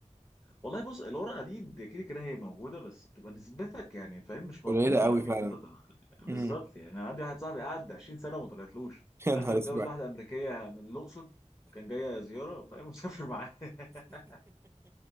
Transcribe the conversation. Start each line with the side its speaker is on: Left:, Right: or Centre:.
Left: والله بص الورقه دي دي كده كده هي موجوده بس بتبقى نسبتك يعني فاهم مش
Right: قليله
Left: مضمونه
Right: قوي
Left: قوي
Right: فعلا
Left: ان انت تطلع بالظبط
Right: امم
Left: يعني انا عندي واحد صاحبي قعد 20 سنه وما طلعتلوش في
Right: <laughs> يا
Left: الاخر
Right: نهار
Left: اتجوز
Right: اسود
Left: واحده
Right: <laughs>
Left: امريكيه من الاقصر كان جايه زياره فاهم مسافر معاه <laughs>